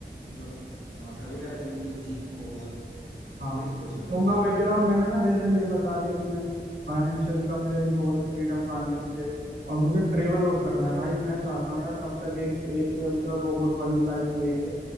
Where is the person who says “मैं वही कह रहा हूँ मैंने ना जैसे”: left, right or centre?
Right